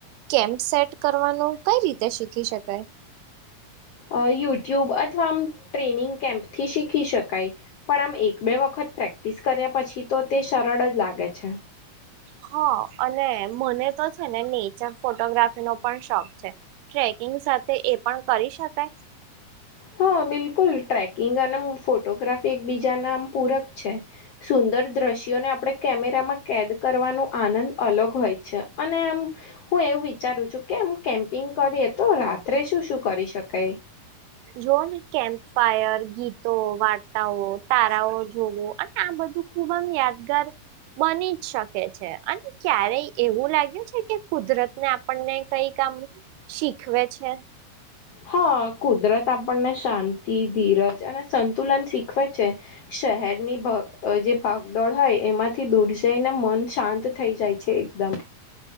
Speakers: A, on the right; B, on the left.
A: કેમ્પ સેટ કરવાનું કઈ રીતે શીખી શક કઈ
B: અહ યુટ્યુબ અથવા આમ ટ્રેનિંગ કેમ્પથી શીખી શકાય પણ આમ એક બે વખત પ્રેક્ટિસ કર્યા પછી તો તે સરળ જ લાગે છે.
A: હા અને મને તો છે ને નેચર ફોટોગ્રાફીનો પણ શોખ છે ટ્રેકિંગ સાથે એ પણ કરી શકાય?
B: હા બિલકુલ ટ્રેકિંગ અનેમ ફોટોગ્રાફી એકબીજા ના આમ પૂરક છે. સુંદર દ્રશ્યોને આપણે કેમેરામાં કેદ કરવાનો આનંદ અલગ હોય છે. અને આમ હું એ વું વિચારું છું કેમ કેમ્પિંગ કરીએ તો રાત્રે શું શું કરી શકાય.
A: જોઓ ને કેમ્પ ફાયર ગીતો વાર્તાઓ તારાઓ જોવો અને આ બધું ખુબ આમ યાદગાર બની જ શકે છે અને ક્યારેય એવું લાગ્યું છે કે કુદરતને આપણને કઈક આમ શીખવે છે?
B: હા, કુદરત આપણને શાંતિ, ધીરજ અને સંતુલન શીખવે છે શહેરની ભઅ જે ભાગદોડ હોય એમાંથી દૂર જઈને મન શાંત થઈ જાય છે એકદમ.